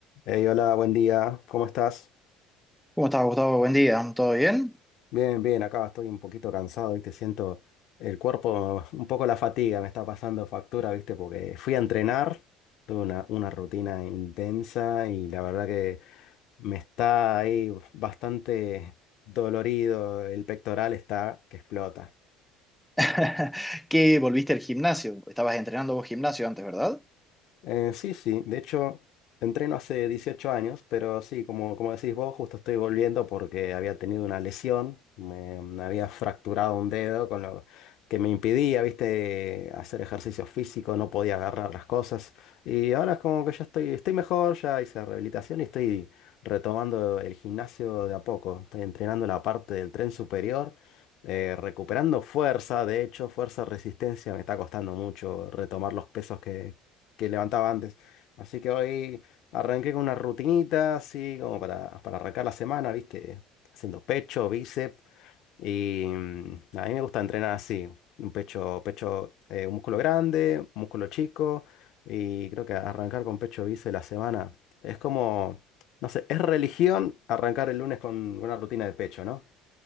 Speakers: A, on the left; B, in the centre.
A: Hey, hola, buen día, ¿cómo estás?
B: ¿Cómo estás, Gustavo? Buen día, ¿todo bien?
A: Bien, bien, acá estoy un poquito cansado, viste Siento el cuerpo, <laughs> un poco la fatiga me está pasando factura, ¿viste? Porque fui a entrenar, tuve una, una rutina intensa y la verdad que me está ahí bastante dolorido, el pectoral está que explota.
B: <laughs> ¿Qué volviste al gimnasio? Estabas entrenando vos gimnasio antes, ¿verdad?
A: Eh, sí, sí, de hecho entreno hace 18 años, pero sí, como, como decís vos, justo estoy volviendo porque había tenido una lesión, me, me había fracturado un dedo con lo que me impedía, viste, hacer ejercicio físico, no podía agarrar las cosas y ahora es como que ya estoy, estoy mejor, ya hice rehabilitación y estoy retomando el gimnasio de a poco, estoy entrenando la parte del tren superior. eh, recuperando fuerza, de hecho, fuerza, resistencia, me está costando mucho retomar los pesos que levantaba antes. Así que hoy arranqué con una rutinita, así como para, para arrancar la semana, ¿viste? Haciendo pecho, bíceps. Y mm, a mí me gusta entrenar así, un pecho, pecho, eh, un músculo grande, un músculo chico. Y creo que arrancar con pecho, bíceps la semana es como, no sé, es religión arrancar el lunes con una rutina de pecho, ¿no?